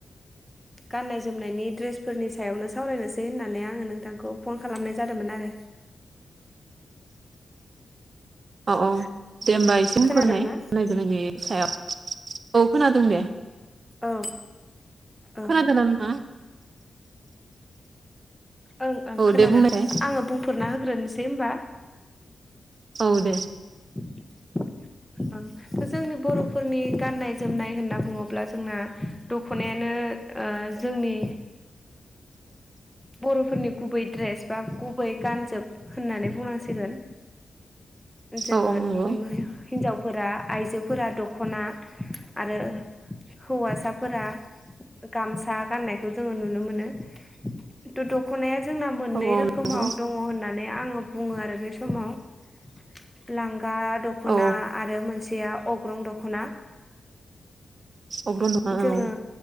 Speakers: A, in the centre; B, on the right.
A: गाननाय जोमनायनि ड्रेसफोरनि सायावनो सावरायनोसै होननानै आङो नोंथांखौ फन खालामनाय जादोंमोन आरो।
B: औ औ दे होमबा एसे
A: खोनादोंना
B: फोरमायनायग्रोनि सायाव औ खोनादों दे
A: औ औ
B: खोनादों ना नोंथाङा?
A: ओं ओं
B: औ
A: खोनादों
B: दे बुंनायसाय
A: आङो बुंफोरना होग्रोनोसै होनबा।
B: औ दे
A: <inaudible> ओं जोंनि बर'फोरनि गाननाय जोमनाय होनना बुङोब्ला जोंना दख'नायानो ओ जोंनि बर'फोरनि गुबै ड्रेस बा गुबै गानजोब होननानै बुंनांसिगोन। जोङो
B: औ औ नंगौ
A: हिनजाव फोरा आइजोफोरा दख'ना आरो हौवासाफोरा गामसा गाननायखौ जोङो नुनो मोनो। द दख'नाया जोंना मोननै
B: औ औ
A: रोखोमाव
B: नंगौ
A: दङ होननानै आङो बुङो आरो बे समाव लांगा दख'ना
B: औ
A: आरो मोनसेया अग्रं दख'ना
B: अग्रं दखना
A: जोङो
B: औ